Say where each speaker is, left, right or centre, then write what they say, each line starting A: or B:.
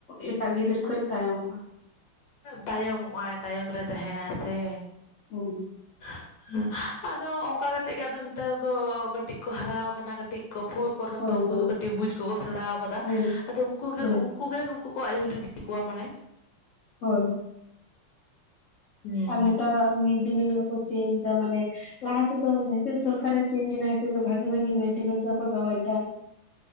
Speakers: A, on the left; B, on the left.
A: ᱮᱴᱟᱜ ᱜᱤᱫᱟᱹᱨ ᱠᱷᱚᱡ ᱛᱟᱭᱚᱢᱚᱜᱼᱟ᱾
B: ᱛᱟᱭᱚᱢᱚᱜ ᱟᱭ ᱛᱟᱭᱚᱢ ᱨᱮ ᱛᱟᱦᱮᱸᱱᱟᱭ ᱥᱮ᱾
A: ᱦᱩᱸ᱾
B: <inaudible> ᱦᱮᱸ ᱟᱫᱚ ᱚᱝᱠᱟ ᱠᱟᱛᱮ ᱜᱮ ᱟᱫᱚ ᱱᱮᱛᱟᱨ ᱫᱚ ᱠᱟᱹᱴᱤᱡ ᱠᱚ ᱦᱟᱨᱟᱣ ᱠᱟᱱᱟ ᱠᱟᱹᱴᱤᱡ᱾ ᱠᱚ ᱯᱷᱳᱨ ᱠᱚᱨᱮᱱ
A: ᱦᱳᱭ
B: ᱫᱚ ᱩᱱᱠᱩ
A: ᱦᱳᱭ
B: ᱫᱚ ᱠᱟᱹᱴᱤᱡ ᱵᱩᱡ ᱠᱚᱠᱚ ᱥᱮᱬᱟᱣ ᱠᱟᱫᱟ,
A: ᱦᱩᱸ
B: ᱟᱫᱚ ᱩᱱᱠᱩ ᱜᱮ
A: ᱦᱩᱸ
B: ᱩᱱᱠᱩ ᱜᱮ ᱱᱩᱠᱩ ᱠᱚ ᱟᱹᱭᱩᱨ ᱤᱫᱤ ᱠᱚᱣᱟ ᱢᱟᱱᱮ
A: ᱦᱚᱭ
B: ᱦᱩᱸ
A: ᱟᱨ ᱱᱮᱛᱟᱨ ᱦᱚᱸ ᱟᱨᱚ ᱢᱤᱰ-ᱰᱮ ᱢᱤᱞ ᱠᱚ ᱠᱚ ᱪᱮᱧᱡ ᱮᱫᱟ ᱢᱟᱱᱮ ᱞᱟᱦᱟ ᱛᱮᱫᱚ ᱱᱤᱛᱚᱜ ᱥᱚᱨᱠᱟᱨᱮ ᱪᱮᱪᱧᱡ ᱮᱱᱟ ᱱᱤᱛᱚᱜ ᱫᱚ ᱵᱷᱟᱜᱤ ᱵᱷᱟᱜᱤ ᱢᱤᱰᱤᱢᱤᱞ ᱠᱚᱠᱚ ᱫᱚᱦᱚᱭᱫᱟ᱾